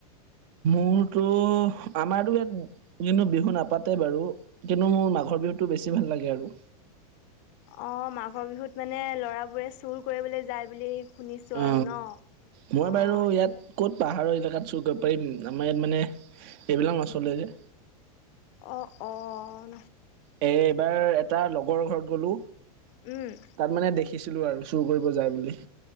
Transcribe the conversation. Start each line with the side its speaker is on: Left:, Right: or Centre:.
Right: মোৰতো আমাৰতো ইয়াত কিন্তু বিহু নাপাতে বাৰু কিন্তু মোৰ মাঘৰ বিহুতটো বেছি ভাল লাগে আৰু।
Left: অঁ মাঘৰ বিহুত মানে ল'ৰাবোৰে চুৰ কৰিবলৈ যায় বুলি শুনিছো
Right: অ
Left: আৰু ন।
Right: মই
Left: অঁ
Right: বাৰু
Left: তেতিয়া
Right: ইয়াত ক'ত পাহাৰৰ এলেকাত চুৰ কৰিব পাৰিম, আমাৰ ইয়াত মানে এইবিলাক নচলে যে।
Left: অ অহ।
Right: এ এইবাৰ এটা লগৰ ঘৰত গ'লো।
Left: উম।
Right: তাত মানে দেখিছিলো আৰু চুৰ কৰিব যায় বুলি।